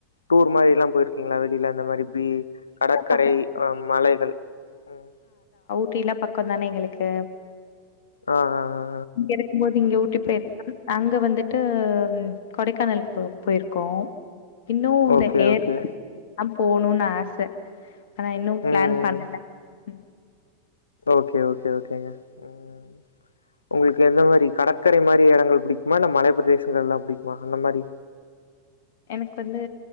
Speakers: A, on the left; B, on the left.
A: டூர் மாரி எல்லா போய்ர்க்கிங்ளா எ இல்ல அந்த மாரி பி கடற்கரை
B: இங்க பக்கத்துல
A: அ மலைகள் ம்
B: ட்டியெல்லா பக்கொன்தானே எங்களுக்கு
A: ஆ ஆ ஹ
B: இங்கே இருக்கும்போது இங்கே ஊட்டி போயிர்க்கம் அங்க வந்துட்டு ம் கொடைக்கானல் போ போயிர்க்கோ இன்னு இந்த
A: ஓகே,
B: ஏர்
A: ஓகே.
B: <inaudible> போணுன் ஆச ஆனா இன்னு பிளான்
A: ம்.
B: பண்ணல ம்
A: ஓகே ஓகே ஓகேங்க ம்.
B: உம் <inaudible>
A: உங்களுக்கு எந்த மாரி கடற்கரை மாரி இடங்கள் புடிக்குமா இல்ல மலை பிரதேசங்கள் எல்லாம் புடிக்குமா அந்த மாரி
B: எனக்கு வந்து